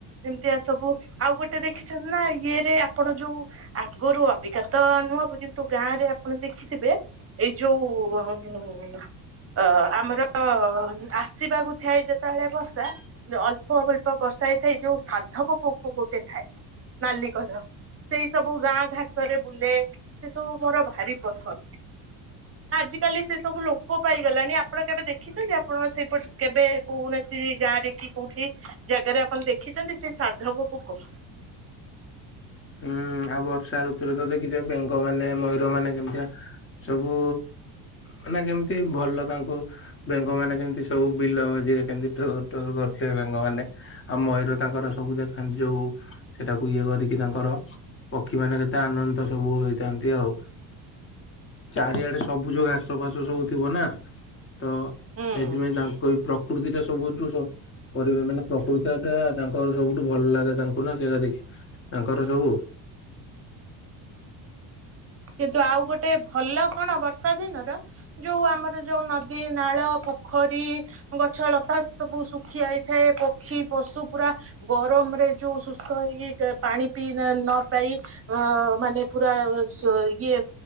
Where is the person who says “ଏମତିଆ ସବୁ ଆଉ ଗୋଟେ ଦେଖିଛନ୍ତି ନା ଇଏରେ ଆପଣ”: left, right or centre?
Right